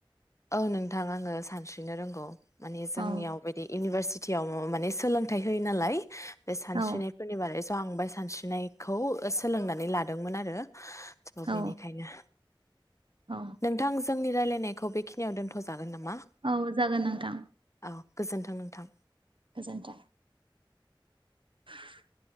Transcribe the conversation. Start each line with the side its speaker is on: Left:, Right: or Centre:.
Left: औ नोंथां आंङो सानस्रिनो रोंगौ। माने जोंनियाव
Right: औ
Left: बिदि इउनिभारसिटियाव माने सोलोंथाइ होयो नालाय बे सानस्रिनाय
Right: औ
Left: बारै स' आं बेहाय सानस्रिनायखौ सोलोंनानै लादोंमोन आरो। थ'
Right: औ
Left: बेनिखायनो।
Right: औ।
Left: नोंथां जोंनि राय्लायनायखौ बेखिनियाव दोन्थ'जागोन नामा?
Right: औ जागोन नोंथां।
Left: औ गोजोन्थों नोंथां।
Right: गोजोन्थों। <inaudible>